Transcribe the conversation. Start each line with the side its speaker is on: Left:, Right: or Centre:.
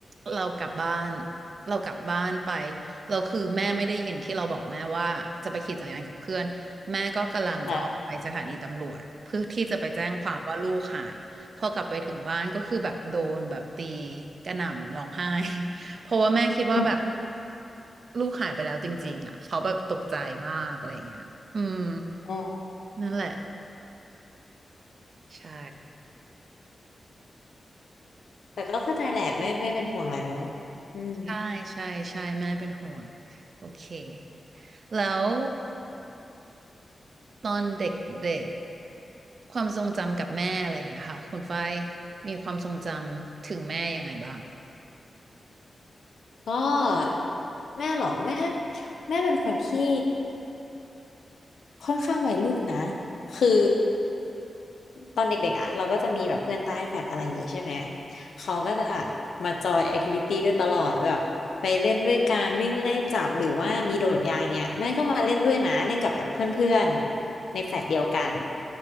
Right: เรากลับบ้านเรากลับบ้านไปเราคือแม่ไม่ได้ยินที่เราบอกแม่ว่าจะไปขี่จักรยานกับเพื่อนแม่ก็กำลังจะออกไปสถานีตำรวจเพื่อที่จะไปแจ้งความว่าลูกหายพอกลับไปถึงบ้านก็คือแบบโดนแบบตี
Left: ค่ะ
Right: กระหน่ำร้องไห้ เพราะว่าแม่คิดว่าแบบ
Left: <laughs>
Right: ลูกหายไปแล้วจริงๆอ่ะเขาแบบตกใจมากอะไรอย่างเงี้ยอืม
Left: ออ
Right: นั่นแหละใช่
Left: แต่ก็เข้าใจแหละแม่แม่เป็นห่วงแหละเนาะอืม
Right: ใช่ใช่ใช่แม่เป็นห่วงโอเคแล้วตอนเด็กๆความทรงจำกับแม่อะไรอย่างเงี้ยค่ะคุณฝ้ายมีความทรงจำถึงแม่ยังไงบ้าง
Left: ก็แม่เหรอแม่แม่เป็นคนที่ค่อนข้างวัยรุ่นนะคือตอนเด็กๆอ่ะเราก็จะมีแบบเพื่อนใต้แฟลตอะไรอย่างงี้ใช่ไหมเขาก็จะมาจอยแอคทิวิตี้ด้วยตลอดแบบไปเล่นด้วยการวิ่งเลขจับหรือว่ามีโดดยางเนี่ยแม่ก็มาเล่นด้วยนะเล่นกับแบบเพื่อนๆในแฟลตเดียวกัน